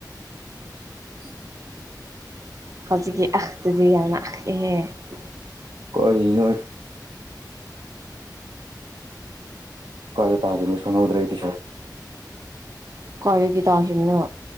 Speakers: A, on the right; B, on the right.
A: <inaudible>
B: ꯍꯧꯖꯤꯛꯀꯤ ꯑꯍꯥ ꯗꯨꯗꯤ ꯌꯥꯝꯅ <unintelligible>
A: ꯀꯔꯤꯅꯣ ꯀꯥꯏꯗ ꯇꯥꯒꯤꯝꯅꯣꯁꯨ ꯈꯪꯍꯧꯗ꯭ꯔꯦ ꯇꯤꯁꯥꯔꯠ
B: ꯀꯥꯏꯗꯒꯤ ꯇꯧꯈꯤꯝꯅꯣ